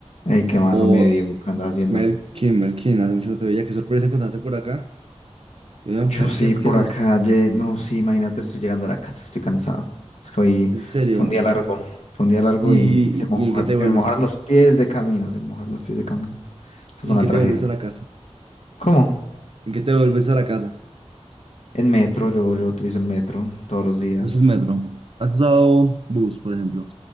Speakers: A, on the left; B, on the right.
A: Ey, ¿qué más,
B: O
A: me Diego? ¿Qué andas haciendo?
B: Melkin, Melkin, hace mucho no te veía, qué sorpresa encontrarte por acá. Veo,
A: Yo
B: ¿Qué haces?
A: sí,
B: ¿Qué haces?
A: por
B: ¿Qué haces?
A: acá, ye- no, sí, imagínate, estoy llegando a la casa, estoy cansado. Es que hoy
B: En serio.
A: fue un día largo, fue un día largo
B: ¿Y,
A: y, y se, mojar-
B: y en qué te
A: se
B: vuelves?
A: me mojaron los pies de camino, se me mojaron los pies de camino. Eso
B: ¿En
A: fue una
B: qué
A: tragedia.
B: te vuelves a la casa?
A: ¿Cómo?
B: ¿En qué te vuelves a la casa?
A: En metro, yo, yo utilizo el metro todos los días.
B: Pues el metro. ¿Has usado bus, por ejemplo?